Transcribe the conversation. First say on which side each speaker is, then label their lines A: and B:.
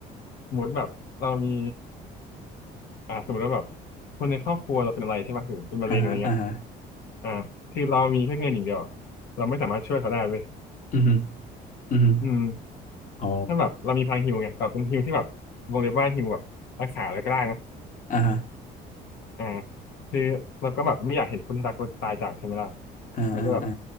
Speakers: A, on the left; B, on the left.
A: สมมติแบบเรามีอ่าสมมติว่าแบบคนในครอบครัวเราเป็นอะไรใช่ไหมหรือเป็นมะเร็งอะไรเงี้ย
B: อ่าฮะอ่าฮะ
A: อ่าคือเรามีแค่เงินอย่างเดียวอะเราไม่สามารถช่วยเขาได้เลย
B: อือฮึอือฮึ
A: อืม
B: อ๋อ
A: ถ้าแบบเรามีพลังฮีลเนี่ยแบบเป็นฮีลที่แบบวงเล็บว่าฮีลแบบรักษาอะไรก็ได้นะ
B: อ่าฮะ
A: อ่าคือเราก็แบบไม่อยากเห็นคนรักเราตายจากใช่ไหมล่ะ
B: อ่าอ่าอ่า
A: มันก็แบบ